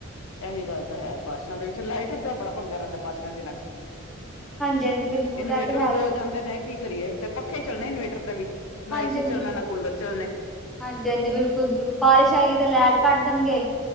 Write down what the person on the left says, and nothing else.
ਐਹੀ ਗੱਲ ਤਾਂ ਹੈ ਬਾਰਸ਼ਾਂ ਦੇ ਵਿੱਚ ਲਾਈਟ ਦਾ ਬੜਾ ਪੰਗਾ ਰੈਂਦਾ ਬਾਰਸ਼ਾਂ ਦੇ ਦਿਨਾਂ ਚ।
ਇਨਵੇਟਰ
ਵੀ
ਬੋਲ ਜਾਂਦੇ ਨੇ ਕੀ ਕਰੀਏ ਫੇਰ ਪੱਖੇ ਚੱਲਣੇ ਇਨਵੇਟਰ ਤੇ ਵੀ। ਨਾ
ਏਸੀ ਚੱਲਣਾ ਨਾ ਕੂਲਰ ਚੱਲਣੇ